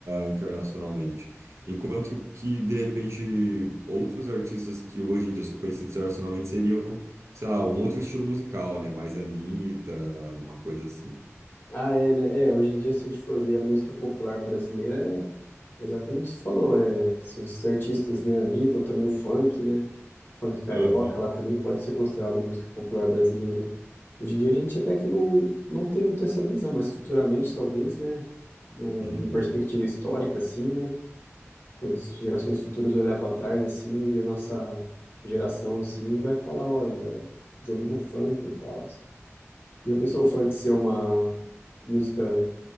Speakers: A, on the right; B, on the left.
A: internacionalmente. Enquanto que de repente outros artistas que hoje em dia são conhecidos internacionalmente seriam, sei lá, um outro estilo musical, né? Mais Anitta, uma coisa assim.
B: Ah, é, né? É, hoje em dia, se a gente for ver a música popular brasileira, é Exatamente isso que você falou, é, são esses artistas, né, Anitta, ou também o funk, né, funk carioca,
A: Aham.
B: lá também pode ser considerado música popular brasileira, né? Hoje em dia a gente até que não, não tem muito essa visão, mas futuramente talvez, né, num-
A: Uhum.
B: numa perspectiva histórica, assim, né, quando as gerações futuras olhar para trás, assim, e ver nossa geração, assim, vai falar, olha, eles ouviram funk e tal, e a pessoa o funk ser uma música